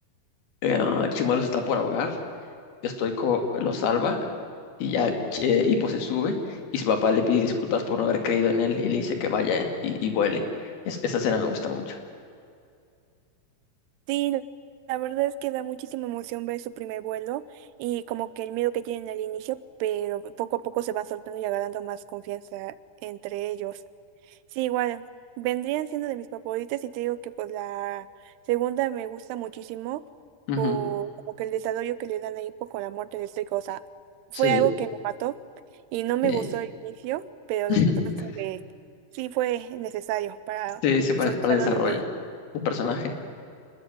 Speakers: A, on the left (about 70°); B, on the right (about 85°).
A: eh, Chimuelo se está por ahogar Stoico lo salva y ya eh, Hipo se sube y su papá le pide disculpas por no haber creído en él y le dice que vaya y, y vuele. Es- esa escena me gusta mucho.
B: Sí, la la verdad es que da muchísima emoción ver su primer vuelo y como que el miedo que tienen al inicio, pero poco a poco se van soltando y agarrando más confianza entre ellos. Sí, igual, vendrían siendo de mis favoritas y te digo que pues la segunda me gusta muchísimo
A: Ujú,
B: por como que el desarrollo que le dan a Hippo con la muerte de Estrico, o sea, fue
A: Sí,
B: algo que me mató y no me
A: sí.
B: gustó al inicio, pero
A: <laughs>
B: después fue de- sí fue necesario para
A: Sí, sí, para,
B: su desarrollo
A: para el desarrollo
B: de
A: del personaje.